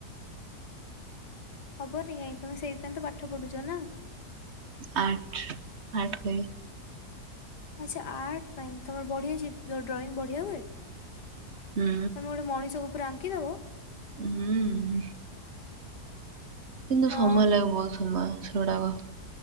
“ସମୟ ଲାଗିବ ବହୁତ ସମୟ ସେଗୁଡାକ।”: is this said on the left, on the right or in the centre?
Right